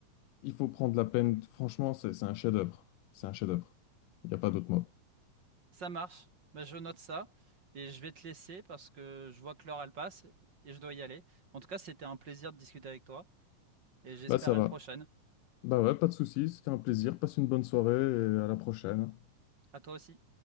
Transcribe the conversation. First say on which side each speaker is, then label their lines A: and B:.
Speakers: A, on the left; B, on the right.
A: Il faut prendre la peine. Franchement, c'est c'est un chef-d'œuvre. C'est un chef-d'œuvre. Il n'y a pas d'autre mot.
B: ça marche. Bah, je note ça et je vais te laisser parce que je vois que l'heure elle passe et je dois y aller. En tout cas, c'était un plaisir de discuter avec toi et j'espère
A: Là, ça
B: à
A: va.
B: une prochaine.
A: Bah ouais, pas de soucis. C'était un plaisir. Passe une bonne soirée et à la prochaine.
B: À toi aussi.